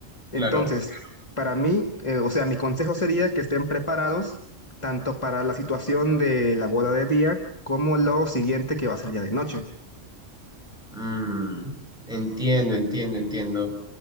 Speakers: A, in the centre; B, on the left.
A: Claro.
B: Entonces, para mí, eh, o sea, mi consejo sería que estén preparados tanto para la situación de la boda de día como lo siguiente que va a ser ya de noche.
A: Mm, entiendo, entiendo, entiendo.